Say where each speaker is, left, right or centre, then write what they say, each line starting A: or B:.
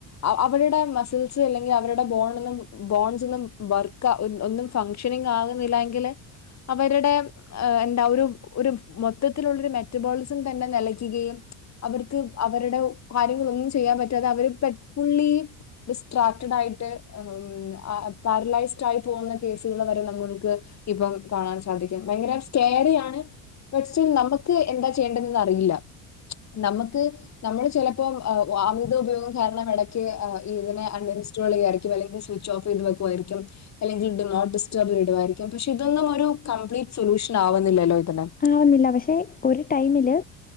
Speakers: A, on the left; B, on the left.
A: അ അവരുടെ മസിൽസ് അല്ലെങ്കി അവരുടെ ബോൺ ഒന്നും ബോൺസ് ഒന്നും വർ ക്ക ഒ ഒന്നും ഫങ്ഷനിങ് ആകുന്നില്ലന്നെങ്കിൽ അവരുടെ എന്താ ഒരു ഒരു മൊത്തത്തിലുള്ളൊരു മെറ്റബോളിസംതന്നെ നെലയ്ക്കുകയും അവർക്ക് അവരുടെ കാര്യങ്ങളൊന്നും ചെയ്യാൻ പറ്റാതെ അവര് പെട്ട് ഫുള്ളി ഡിസ്ട്രാറ്റ്ഡ് ആയിട്ട് മ് ആ പാരലൈസ് റ്റായി പോകുന്ന കേസുകൾവരെ നമ്മൾക്ക് ഇപ്പം കാണാൻ സാധിക്കും. ഭയങ്കര സ്ന്റെടിയാണ്. ബട്ട് സ്റ്റിൽ നമുക്ക് എന്താചെയ്യേണ്ടതെന്ന് അറിയില്ല. നമ്മക്ക് നമ്മള് ചെലപ്പോം അ അമിതഉപയോഗം കാരണം എടയ്ക്ക് അ ഇതിനെ അണിന്സ്റ്റാ റ്റാളെയായിരിക്കും അല്ലെങ്കി സ്വിച്ച്ഓഫെയ്ത് വെക്കുവായിരിക്കും. അല്ലെങ്കിൽ ടിമോട്ട്ഡിസ്റ്റർബ് ഇടുവായിരിക്കും പക്ഷേ ഇതൊന്നും ഒരു കംപ്ലീറ്റ് സൊലൂഷനാവുന്നില്ലല്ലോ ഇതിന്
B: ആവുന്നില്ല പക്ഷേ ഒരു ടൈമില്